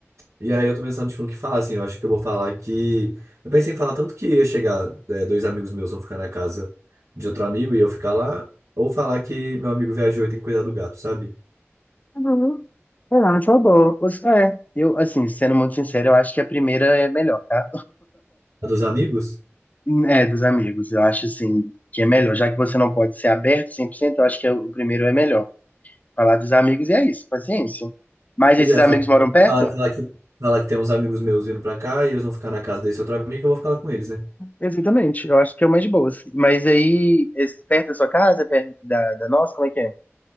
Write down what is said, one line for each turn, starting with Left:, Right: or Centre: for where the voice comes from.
Right: e aí eu tô pensando, tipo, no que falar, assim. Eu acho que eu vou falar que. Eu pensei em falar tanto que ia chegar, é, dois amigos meus vão ficar na casa de outro amigo e eu ficar lá. Ou falar que meu amigo viajou e tem que cuidar do gato, sabe?
Left: Uhum. Eu acho uma boa. Você, é, eu, assim, sendo muito sincero, eu acho que a primeira é melhor, tá?
Right: A Dos amigos?
Left: É, dos amigos, eu acho, assim, que é melhor. Já que você não pode ser aberto 100%. eu acho que é- o primeiro é melhor. Falar dos amigos e é isso, paciência. Mas
Right: Pois
Left: esses
Right: é,
Left: amigos
Right: falar,
Left: moram perto?
Right: falar, falar que, falar que tem uns amigos meus vindo pra cá e eles vão ficar na casa desse outro amigo, eu vou ficar lá com eles, né?
Left: É. Exatamente, eu acho que é o mais de boas. Mas aí, esse, perto da sua casa, perto da, da nossa, como é que é?